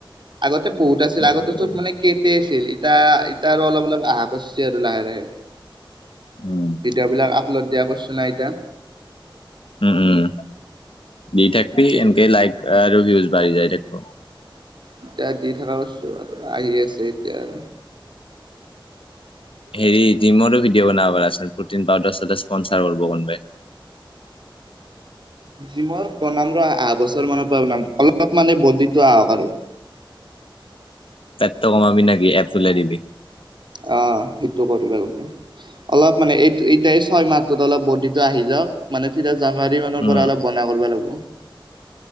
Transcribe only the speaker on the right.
আৰু এ বহুত আছিল
আগতে চব মানে কে টে আছিল এতিয়া এতিয়া অলপ অলপ আহা কৰিছে আৰু লাহে লাহে
ভিডিঅ' বিলাক। লত দিয়া কৰিছো না এতিয়া।
এতিয়া।
এতিয়া দি থকা কস্তো আৰু আহি আছে এতিয়া আৰু।
জিমৰ বনাম ৰ আহা বছৰ মানৰ পৰা বনাম অলপ মানে বডিটো আহক আৰু
অ সেইটো কৰিব লাগবো অলপ মানে এই ছয় মাহটোতো অলপ বৰ্ডিটো আহি যাওক মানে তেতিয়া জানুৱাৰী মানৰ
পৰা অলপ বনাব কৰিব লাগিব